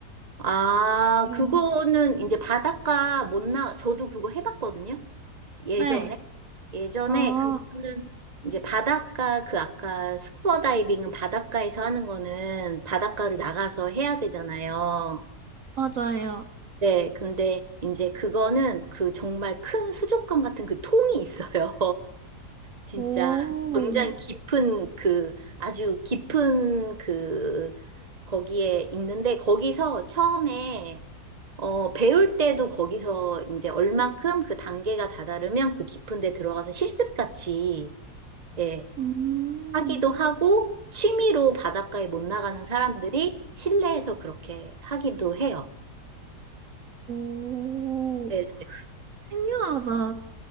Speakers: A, on the right; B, on the right.
A: 아,
B: 음.
A: 그거는 이제 바닷가 못 나, 저도 그거 해봤거든요. 예전에.
B: 네.
A: 예전에
B: 아,
A: 그거는 이제 바닷가, 그 아까 스쿠버 다이빙은 바닷가에서 하는 거는 바닷가를 나가서 해야 되잖아요.
B: 맞아요.
A: 네, 근데 이제 그거는 그 정말 큰 수족관 같은 그 통이 있어요. 진짜
B: 오,
A: 굉장히 깊은 그 아주 깊은 그 거기에 있는데 거기서 처음에 어 배울 때도 거기서 이제 얼만큼 그 단계가 다다르면 그 깊은 데 들어가서 실습같이 예
B: 음,
A: 하기도 하고 취미로 바닷가에 못 나가는 사람들이 실내에서 그렇게 하기도 해요.
B: 오,
A: 네,
B: 신기하다.